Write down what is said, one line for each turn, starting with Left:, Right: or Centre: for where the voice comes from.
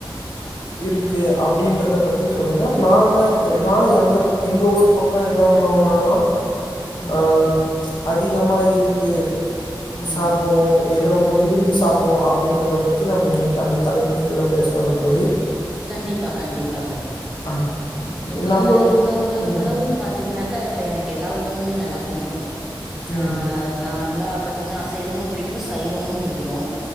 Left: இருக்கு அப்டின்றத பத்தி சொல்லுங்க நாங்க நா எந்த எங்க ஊர் பக்கம் என்ன உணவுகள் எல்லாம்
Centre: ம்
Left: அஹ் அதிகமா இருக்கு
Centre: ம்
Left: சாப்டுவோ எது ரொம்ப விரும்பி சா சாப்பிடுவேம் அப்டின்றத பத்தி நம்ம இன்னிக்கு அந்த தலைப்பின் கீழே பேசுவோமா தோழி
Centre: கண்டிப்பா கண்டிப்பா நா தோழர்
Left: ஆ
Centre: இப்ப
Left: நம்ம
Centre: உணவு
Left: ம்
Centre: உணவுன்னு பாத்தீங்கன்னாக்கா இப்ப எனக்கு எல்லா உணவுமே நல்லா புடிக்கு அ
Left: ம்
Centre: நார்மலா பட் பாத்தீங்கனா அசைவம் பிடிக் சைவமும் பிடிக்கும்